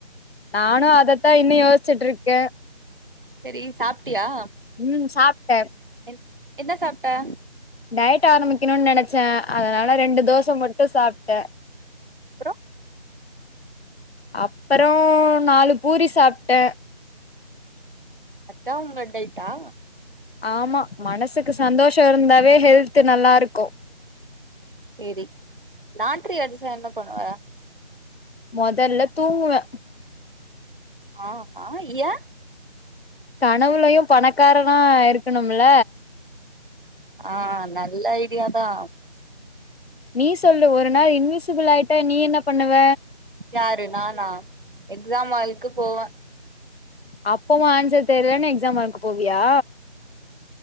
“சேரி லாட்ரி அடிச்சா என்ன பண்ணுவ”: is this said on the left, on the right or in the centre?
Right